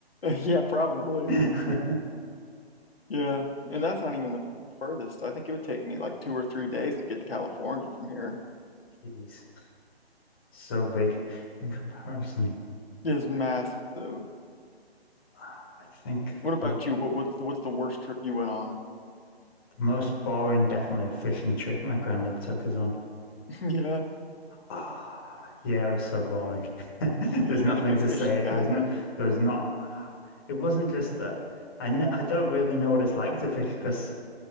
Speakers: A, on the left; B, on the left.
A: Yeah, probably.
B: <laughs>
A: Yeah. And that's not even the furthest. I think it would take me like two or three days to get to California from here.
B: Jeez. So big in comparison.
A: It's massive.
B: Ah, I think
A: What about
B: the, the
A: you? What what's what's the worst trip you went on?
B: most boring, definitely a fishing trip my granddad took us on.
A: <laughs>
B: Ah, yeah, it was so boring. <laughs>
A: Yeah.
B: There's
A: You're
B: nothing
A: not a big
B: to
A: fishing
B: say.
A: guy,
B: There was
A: huh?
B: no, there was not. It wasn't just that. I, kn- I don't really know what it's like to fish because